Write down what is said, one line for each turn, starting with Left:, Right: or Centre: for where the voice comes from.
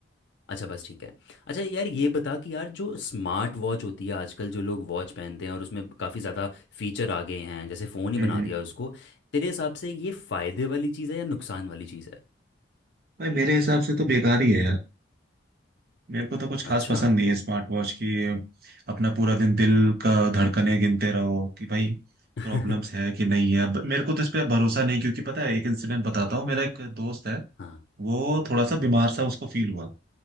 Left: अच्छा बस ठीक है अच्छा यार ये बता कि यार जो स्मार्ट वॉच होती है आजकल जो लोग वॉच पहनते हैं और उसमें काफ़ी ज़्यादा फीचर आ गए हैं जैसे फ़ोन ही
Right: हम्म
Left: बना
Right: हम्म।
Left: दिया उसको तेरे हिसाब से ये फ़ायदे वाली चीज़ है या नुकसान वाली चीज़ है
Right: भाई मेरे हिसाब से तो बेकार ही है यार मेरे को तो कुछ खास
Left: अच्छा
Right: पसंद नहीं है स्मार्ट वॉच की ये अपना पूरा दिन दिल का धड़कने गिनते रहो कि भाई
Left: <laughs>
Right: प्रॉब्लम्स है कि नहीं है अब मेरे को तो इस पे भरोसा नहीं क्योंकि पता है एक इंसिडेंट बताता हूँ मेरा एक दोस्त है
Left: हाँ
Right: वो थोड़ा सा बीमार सा उसको फील हुआ